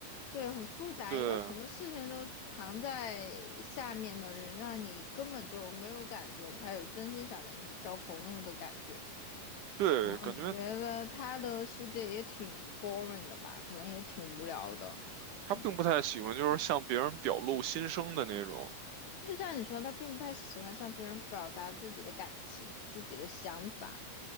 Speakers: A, on the left (about 60°); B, on the right (about 70°).
A: 对，很复杂，
B: 对
A: 一个什么事情都藏在下面的人，让你根本就没有感觉他有真心想跟你交朋友的感觉。
B: 对，
A: 然后你觉得他的世界也挺
B: 感觉。
A: boring 的吧，可能也挺无聊的。嗯，
B: 他并不太喜欢就是向别人表露心声的那种。
A: 就是像你说，他并不太喜欢向别人表达自己的感情、自己的想法，